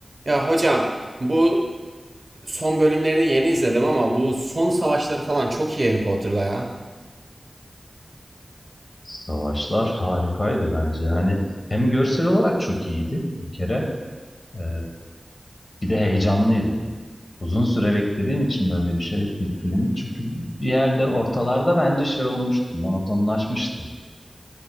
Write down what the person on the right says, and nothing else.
Ya hocam bu son bölümlerini yeni izledim ama bu son savaşları falan çok iyi Harry Potter'da ya.